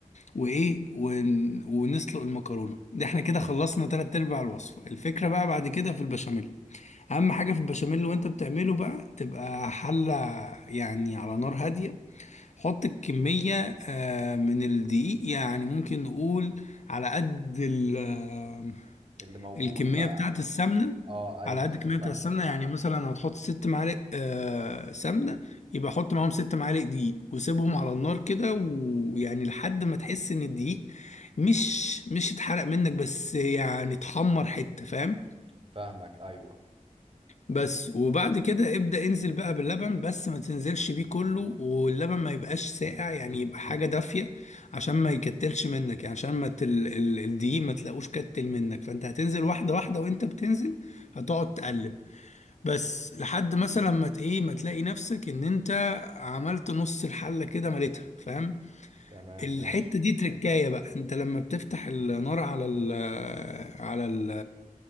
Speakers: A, on the left; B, on the right.
A: وايه ون- ونسلق المكرونة ده احنا كده خلصنا تلات ارباع الوصفة الفكرة بقى بعد كده في البشاميل اهم حاجة في البشاميل وانت بتعمله بقى تبقى حلة يعني على نار هادية حط الكمية آه، من الدقيق يعني ممكن نقول على قد ال- آه،
B: اللي موجود
A: الكمية
B: بقى
A: بتاعة السمنة
B: اه ايوه
A: على قد الكمية
B: ايوه فاهمك
A: بتاعة السمنة يعني مثلا هتحط ست معالق آه، سمنة يبقى حط معاهم ست معالق دقيق وسيبهم على النار كده ويعني لحد ما تحس ان الدقيق مش مش اتحرق منك بس يعني اتحمر حتة فاهم
B: فاهمك ايوه
A: بس وبعد كده ابدأ انزل بقى باللبن بس ما تنزلش بيه كله واللبن ما يبقاش ساقع يعني يبقى حاجة دافية عشان ما يكتلش منك يعني عشان ما تل... ال... الدقيق ما تلاقوش كتل منك فانت هتنزل واحدة واحدة وانت بتنزل هتقعد تقلب بس لحد مثلا ما ت- ايه ما تلاقي نفسك ان انت عملت نص الحلة كده مليتها فاهم
B: تمام
A: الحتة
B: ماشي
A: دي تركاية بقى انت لما بتفتح النار على ال على ال